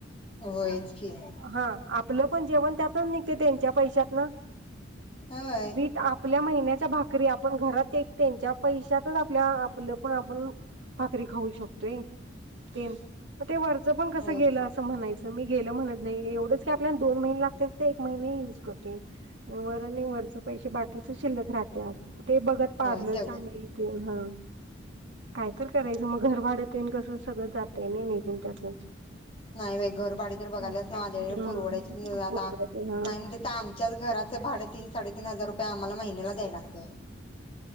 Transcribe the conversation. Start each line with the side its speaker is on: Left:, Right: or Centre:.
Left: होयच की
Right: हा आपलं पण जेवण त्यातच निघते त्यांच्या पैशातत न
Left: होय
Right: वीट आपली त्या महिन्यात भाकरी आप घरात त्यांच्या पैशातचआपल आपण आपण भाकरी खाऊ शकतोय तेन म ते वरंच पण कसं
Left: होयच
Right: गेलं असं म्हणायचं मी गेलं म्हणत नाही एवढंच की आपल्याला दोन महिने लागत्यात तित एक महिने युज करते आणि वर आणि वरच पैसे बाकीच शिल्लक राहत्यात ते बघत पार्लर
Left: होय तेवढंच
Right: चा आणि ते हा काय तर करायचं म घर भाड तेन कसं सगळं जातय नय निघून त्यातून
Left: नाय बाय घरभाडे तर बघायलाच
Right: हा
Left: नाय आलेले पुरवड्या आता
Right: परवडत नाही हा.
Left: नाय म त्या आमच्याच घराच भाड तीन साडेतीन हजार रुपये आम्हाला महिन्याला द्याय लागत.